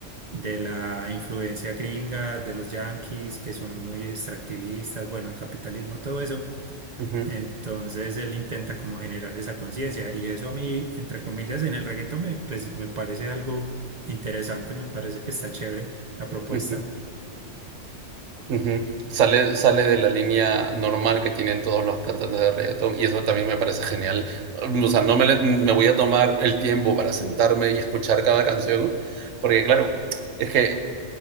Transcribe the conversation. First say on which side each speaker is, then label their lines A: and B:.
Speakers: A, on the right; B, on the right.
A: de la influencia gringa, de los yanquis, que son muy extractivistas, bueno, el capitalismo, todo eso.
B: Ujú.
A: Entonces él intenta como generar esa conciencia y eso a mí, entre comillas, en el reggaetón me, pues, me parece algo interesante, me parece que está chévere la propuesta.
B: Ujú. Ujú. Sale, sale de la línea normal que tienen todos los cantantes de reggaetón y eso también me parece genial. Um, O sea, no me, le- me voy a tomar el tiempo para sentarme y escuchar cada canción, porque claro, es que